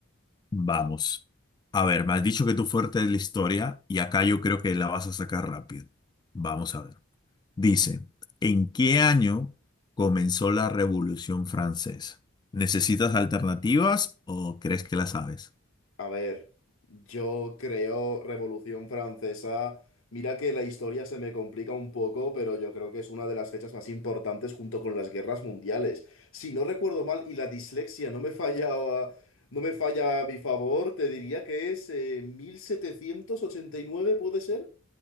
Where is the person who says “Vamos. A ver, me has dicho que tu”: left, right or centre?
Left